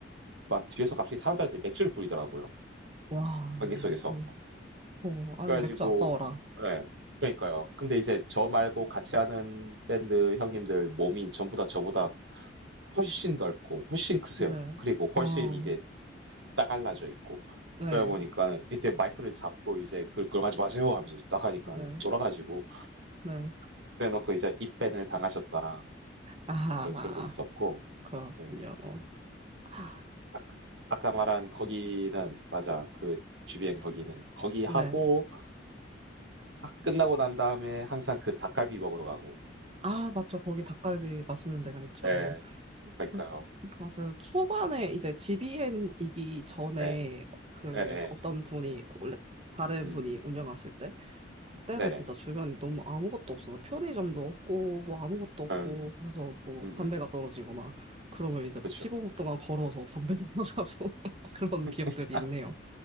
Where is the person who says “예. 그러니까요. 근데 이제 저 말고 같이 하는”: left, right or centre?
Right